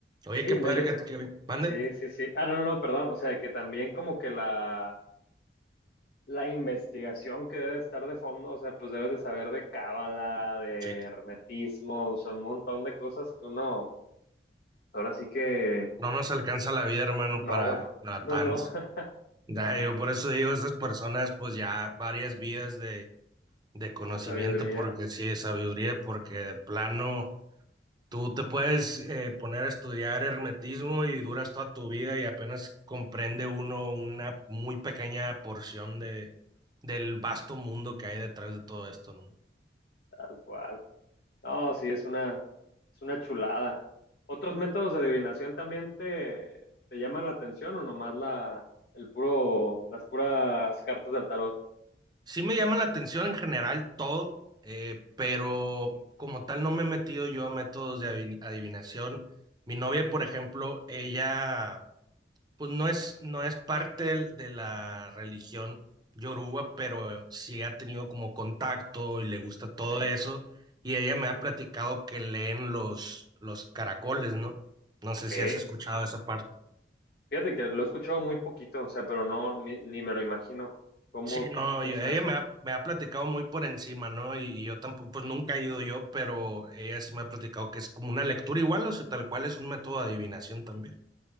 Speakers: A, on the right; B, on the left.
A: Oye,
B: Sí,
A: qué padre
B: no, yo.
A: que, que mande.
B: Sí, sí, sí. Ah, no, no, no, perdón. O sea, que también como que la, la investigación que debe estar de fondo, o sea, pues debes de saber de cábala, de
A: Sí,
B: hermetismo, o sea, un montón de cosas que uno, ahora sí que
A: no nos alcanza la vida, hermano,
B: no,
A: para, para
B: no,
A: tanto.
B: no, <laughs>
A: Ya, yo por eso digo, esas personas, pues ya varias vidas de, de conocimiento,
B: de sabiduría,
A: porque sí, de sabiduría, porque de plano Tú te puedes eh, poner a estudiar hermetismo y duras toda tu vida y apenas comprende uno una muy pequeña porción de, del vasto mundo que hay detrás de todo esto, ¿no?
B: tal cual. No, sí, es una, es una chulada. ¿Otros métodos de adivinación también te, te llaman la atención o nomás la, el puro, las puras cartas del tarot?
A: Sí me llama la atención en general todo, eh, pero como tal no me he metido yo a métodos de avi- adivinación. Mi novia, por ejemplo, ella Pues no es, no es parte del- de la religión yoruba, pero sí ha tenido como contacto y le gusta todo
B: Ok,
A: eso. Y ella me ha platicado que leen los, los caracoles, ¿no? No
B: ok.
A: sé si has escuchado esa parte.
B: Fíjate que lo he escuchado muy poquito, o sea, pero no, ni, ni me lo imagino. ¿Cómo,
A: Sí, no,
B: cómo
A: y
B: está
A: ella
B: eso?
A: me ha, me ha platicado muy por encima, ¿no? Y, y yo tampoco, pues nunca he ido yo, pero ella sí me ha platicado que es como una lectura igual, o sea, tal cual es un método de adivinación también.